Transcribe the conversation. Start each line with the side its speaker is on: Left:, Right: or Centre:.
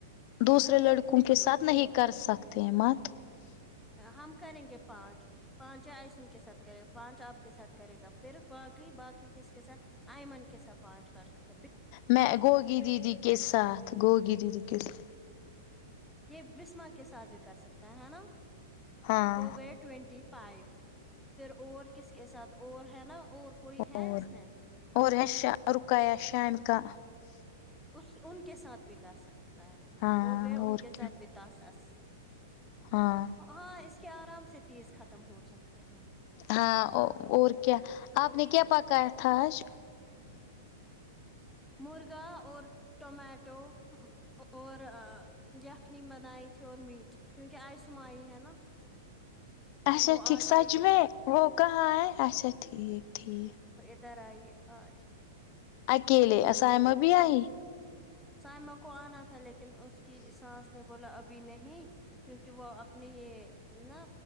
Left: دوسرے
Centre: مجھے
Left: لڑکوں کے ساتھ نہیں
Centre: سنو
Left: سختی مت
Centre: ہم کریں گے پانچ پانچ آئسم کے ساتھ کرے گا پانچ آپ کے ساتھ کرے گا پھر باقی باقی کس کے ساتھ آئمن کے ساتھ پانچ کر سکتے
Left: میں گوگی دیدی کے ساتھ گوگی دیدی کےسا
Centre: یہ بسما کے ساتھ بھی کر سکتا ہے ہے نا
Left: ہاں
Centre: ہو گئے ٹوینٹی فائیف پھر اور کس کے ساتھ اور ہے نا اور کوئی ہے
Left: اور
Centre: اس میں
Left: اور ہے شاہ رخ آیا شام کا
Centre: اس ان کے ساتھ بھی کر سکتا ہے
Left: ہاں
Centre: ہو گیا ان
Left: اور
Centre: کے
Left: کیا
Centre: ساتھ بھی دس اس
Left: ہاں
Centre: ہاں اس کے آرام سے تیس ختم ہو سکتے ہیں
Left: ہاں او اور کیا آپ نے کیا پکایا تھا آج
Centre: مرغا اور ٹومیٹو اور یخنی بنائی تھی اور میٹ کیونکہ آئے سمائی ہے نا
Left: اچھا
Centre: وہ آج
Left: ٹھیک سچ
Centre: آئی ادھر
Left: میں وہک آ اچھا ٹھیک ٹھیک
Centre: درائی آج
Left: اکیلے اسام
Centre: ہ
Left: بھی ائی
Centre: سائمہ کو آنا تھا لیکن اس کی سانس نے بولا ابھی نہیں کیونکہ وہ اپنی یہ نا